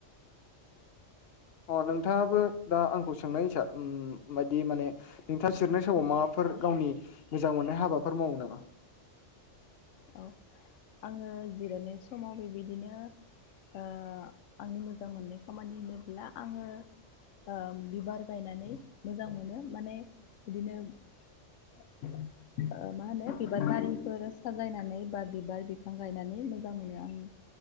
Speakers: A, on the left (about 60°); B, on the left (about 85°).
A: अ नोंथाङाबो दा आंखौ सोंनाय हिसाब ओ बायदि माने नोंथां सिरनो समाव माबाफोर
B: औ
A: गावनि मोजां मोननाय हाबाफोर मावो नामा
B: औ आङो जिरायनाय समाव बेबायदिनो ओ आंनि मोजां मोननाय खामानि होनोब्ला आङो ओ बिबार गायनानै मोजां मोनो माने बिदिनो ओ मा होनो बिबार बारिफोर साजायनानै बा बिबार बिफां गायनानै मोजां मोनो आङो